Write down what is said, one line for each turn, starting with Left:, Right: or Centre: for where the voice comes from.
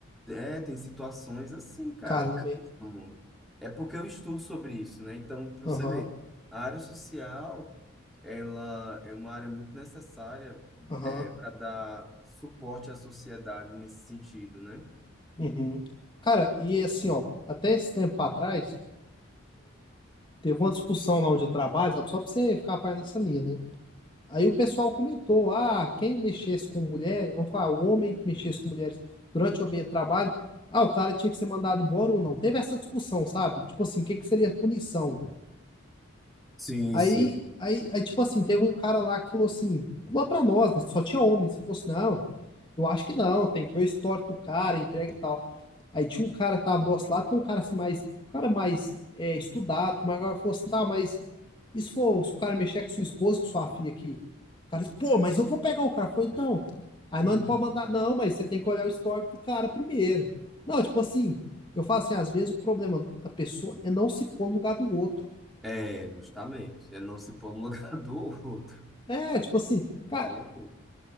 Centre: é, tem situações assim, cara,
Left: Caramba, hein?
Centre: no mundo. É porque eu estudo sobre isso, né? Então, para
Left: Aham,
Centre: você ver, a área social, ela é uma área muito necessária
Left: aham,
Centre: é, para dar suporte à sociedade nesse sentido, né?
Left: uhum. Cara, e assim, ó, até esse tempo atrás, teve uma discussão lá onde eu trabalho, sabe? Só pra você ficar a par nessa linha, né? Aí o pessoal comentou: ah, quem mexesse com mulher, vamos falar, o homem que mexesse com mulheres durante o ambiente de trabalho, ah, o cara tinha que ser mandado embora ou não. Teve essa discussão, sabe? Tipo assim, o que que seria punição?
Centre: Sim,
Left: Aí,
Centre: sim.
Left: aí, aí, tipo assim, teve um cara lá que falou assim, falou pra nós, né? Só tinha homens. Falou assim, não, eu acho que não, tem que ver o histórico do cara, entrega e tal. Aí tinha um cara que tava do nosso lado, que é um cara assim mais, um cara mais é, estudado, mas agora falou assim, tá, mas e se for, se o cara mexer com sua esposa, com sua filha aqui? O cara disse, pô, mas eu vou pegar o cara. Foi então. Aí
Centre: Hum.
Left: nós não pode mandar, não, mas você tem que olhar o histórico do cara primeiro. Não, tipo assim, eu falo assim, às vezes o problema da pessoa é não se pôr no lugar do outro.
Centre: É, justamente. É não se pôr no <laughs> lugar do outro.
Left: É, tipo assim, cara,
Centre: Falou tudo.